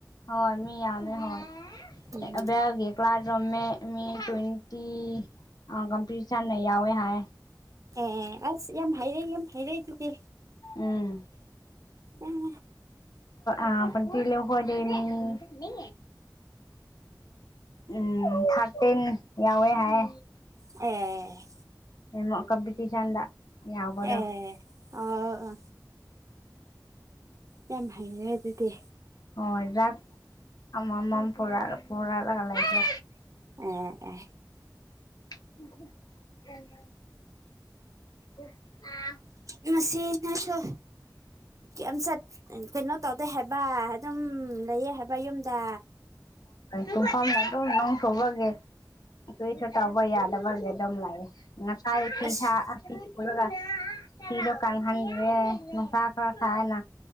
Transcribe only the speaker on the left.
ꯍꯣꯏ ꯃꯤ ꯌꯥꯃꯦ ꯍꯣꯏ
ꯕꯒꯦ ꯀ꯭ꯂꯥꯁ ꯔꯣꯝꯃꯦ ꯃꯤ ꯇ꯭ꯋꯦꯟꯇꯤ ꯀꯝꯄꯤꯇꯤꯁꯟꯅ ꯌꯥꯎꯋꯦ ꯍꯥꯏ
ꯎꯝ
ꯑ ꯇꯤ ꯂꯩ ꯍꯣꯗꯦ ꯃꯤ ꯎꯝ ꯊꯥꯔꯇꯤꯟ ꯌꯥꯎꯋꯦ ꯍꯥꯏ
ꯃꯉ ꯀꯝꯄꯤꯇꯤꯁꯟꯗ ꯌꯥꯎꯕꯗꯣ
ꯍꯣꯏ ꯆꯥꯛ ꯑꯃ ꯑꯃꯝꯣꯔꯛꯣꯔꯛꯑꯒ ꯂꯩꯁꯦ
<inaudible>
ꯍꯨꯝꯐꯝꯝꯗ ꯑꯗꯨꯧ ꯅꯪ ꯁꯨꯕꯒꯦ ꯇꯨ ꯊ ꯇ ꯑꯕ ꯌꯥꯗꯕ ꯑꯦꯗꯝ ꯂꯑꯦ ꯉꯁꯥꯏ ꯊ
ꯁꯥ <unintelligible> ꯀꯪꯍꯜꯂꯦ ꯅꯨꯡꯁꯥ ꯁꯥꯏꯌꯦꯅꯥ